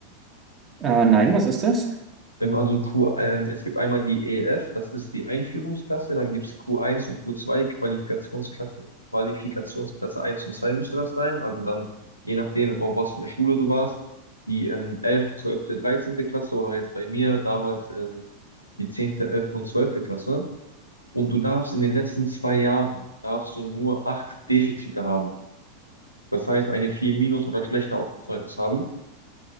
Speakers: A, on the right (about 30°); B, on the left (about 85°).
A: Äh, nein, was ist das?
B: Ähm, Also Q, ähm, es gibt einmal die EF, das ist die Einführungsklasse, dann gibt es Q1 und Q2, Qualifikationsklasse, Qualifikationsklasse eins und 2 müsste das sein. Also dann, je nachdem, auf was für eine Schule du warst, die ähm, 11., 12., 13. Klasse oder jetzt bei mir damals ähm, die zehnte, elfte und zwölfte Klasse. Und du darfst in den letzten zwei Jahren, darfst du nur acht Defizite haben. Das heißt, eine 4 minus oder schlechter auf dem Zeugnis haben.